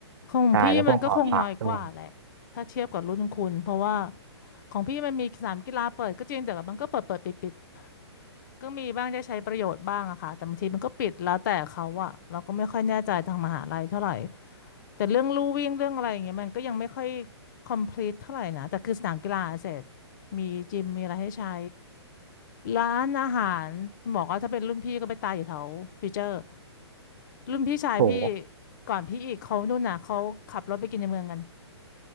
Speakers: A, on the left; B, on the right.
A: ของพี่มันก็คงน้อยกว่าแหละถ้าเทียบกับรุ่นคุณเพราะว่า
B: ใช่แล้วพวกหอผักด้วย
A: ของพี่มันมีสนามกีฬาเปิดก็จริงแต่มันก็เปิดเปิดปิดปิดก็มีบ้างได้ใช้ประโยชน์บ้างอะค่ะแต่บางทีมันก็ปิดแล้วแต่เขาอะเราก็ไม่ค่อยแน่ใจทางมหาลัยเท่าไหร่แต่เรื่องลู่วิ่งเรื่องอะไรอย่างเงี้ยมันก็ยังไม่ค่อย complete เท่าไหร่นะแต่คือสนามกีฬาเสร็จมีจิมมีอะไรให้ใช้ ร้านอาหารบอกว่าถ้าเป็นรุ่นพี่ก็ไปตายอยู่แถวฟิวเจอร์รุ่นพี่ชายพี่
B: โห
A: ก่อนพี่อีกเขานู่นน่ะเขาขับรถไปกินในเมืองกัน